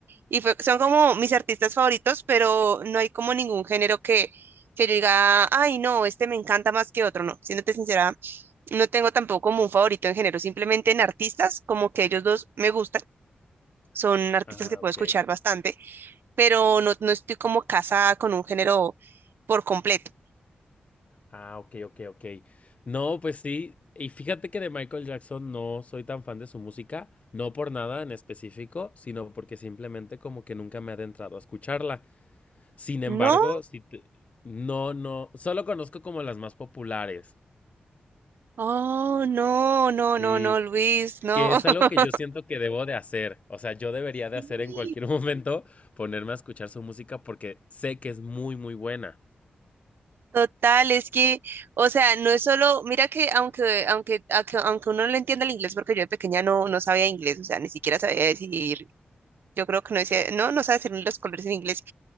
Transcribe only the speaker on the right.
Y fue- son como mis artistas favoritos, pero no hay como ningún género que, que yo diga, ay, no, este me encanta más que otro, no. Siéndote sincera, no tengo tampoco como un favorito en género, simplemente en artistas, como que ellos dos me gustan. Son artistas
que puedo
escuchar bastante, pero no, no estoy como casada con un género por completo.
No,
oh, no, no,
no, no, Luis, no.
<laughs>
Sí,
Total, es que, o sea, no es solo, mira que aunque, aunque, aunque, aunque uno no le entienda el inglés, porque yo de pequeña no, no sabía inglés, o sea, ni siquiera sabía decir, yo creo que no decía, no, no sabía decir ni los colores en inglés.